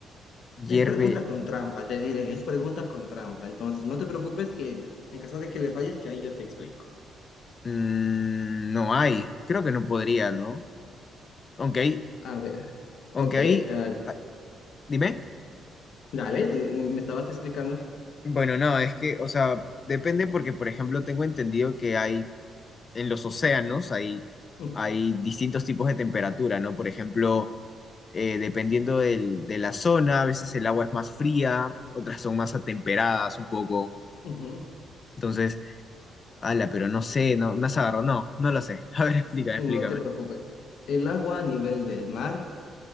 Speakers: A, on the left; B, on the left.
A: hierve
B: Es pregunta con trampa, te diré, es pregunta con trampa. Entonces, no te preocupes que en caso de que le falles, yo ahí yo te explico.
A: Mm, no hay, creo que no podría, ¿no? Aunque hay,
B: A ver.
A: aunque
B: Ok, eh,
A: hay, ah, dime.
B: Dale, eh, me estabas explicando.
A: Bueno, no, es que, o sea, depende porque, por ejemplo, tengo entendido que hay, en los océanos hay,
B: Ujú,
A: hay distintos tipos de temperatura, ¿no? Por ejemplo, eh, dependiendo del- de la zona, a veces el agua es más fría, otras son más atemperadas un poco.
B: ujú,
A: Entonces, ala, pero no sé, no, me has agarrado, no, no lo sé. <laughs> A ver, explícame,
B: No
A: explícame.
B: te preocupes. El agua a nivel del mar